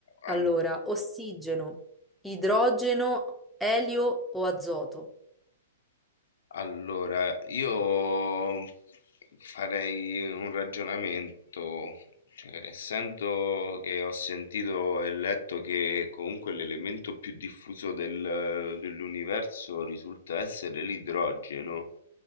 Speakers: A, in the centre; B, on the left.
A: Allora,
B: al-
A: ossigeno, idrogeno, elio o azoto?
B: Allora, io farei un ragionamento, cioè, essendo che ho sentito e letto che comunque l'elemento più diffuso del- dell'universo risulta essere l'idrogeno,